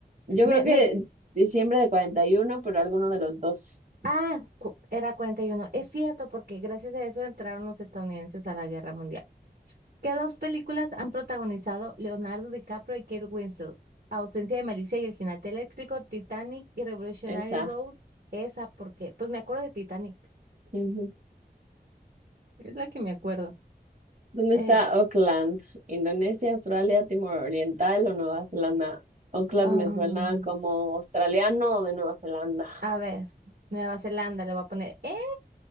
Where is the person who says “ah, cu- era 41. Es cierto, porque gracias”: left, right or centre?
Right